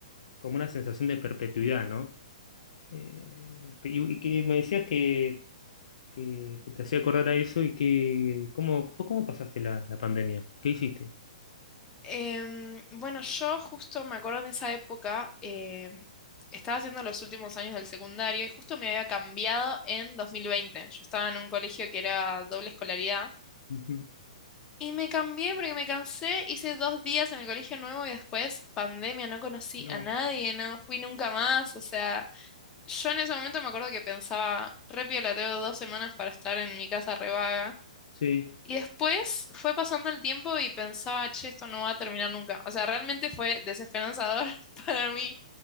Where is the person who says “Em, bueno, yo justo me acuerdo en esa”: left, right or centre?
Left